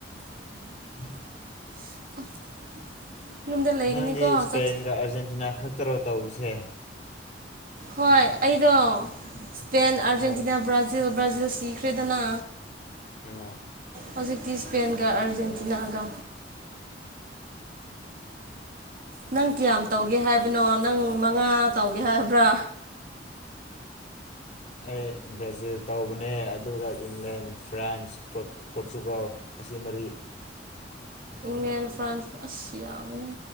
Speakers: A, on the right; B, on the left.
A: <unintelligible> ꯂꯩꯒꯅꯤꯀꯣ
B: ꯅꯪꯗꯤ ꯏꯁꯄꯦꯟꯒ
A: ꯆꯠ
B: ꯑꯔꯖꯦꯟꯇꯤꯅꯥ ꯈꯛꯇꯔꯣ ꯇꯧꯕꯁꯦ
A: ꯍꯣꯏ ꯑꯩꯗꯣ ꯏꯁꯄꯦꯟ ꯑꯥꯔꯖꯦꯟꯇꯤꯅꯥ
B: ꯍꯣꯏ
A: ꯕ꯭ꯔꯖꯤꯜ ꯕ꯭ꯔꯖꯤꯜ ꯁꯤꯈ꯭ꯔꯦꯗꯅ
B: <unintelligible>
A: ꯍꯧꯖꯤꯛꯇꯤ ꯏꯁꯄꯦꯟꯒ ꯑꯔꯖꯦꯟꯇꯤꯅꯥꯒ ꯅꯪ ꯀꯌꯥꯝ ꯇꯧꯒꯦ ꯍꯥꯏꯕꯅꯣ ꯅꯪ ꯃꯉꯥ ꯇꯧꯒꯦ ꯍꯥꯏꯕ꯭ꯔꯥ
B: ꯑꯩ ꯕ꯭ꯔꯥꯖꯤꯜ ꯇꯧꯕꯅꯦ ꯑꯗꯨꯒ ꯏꯪꯂꯦꯟ ꯐ꯭ꯔꯥꯟꯁ ꯄꯣꯔꯇꯨ ꯄꯣꯔꯆꯨꯒꯜ ꯑꯁꯤ ꯃꯔꯤ
A: ꯏꯪꯂꯦꯟ ꯐ꯭ꯔꯥꯟꯁ ꯑꯁ ꯌꯥꯝꯃꯦꯍꯦ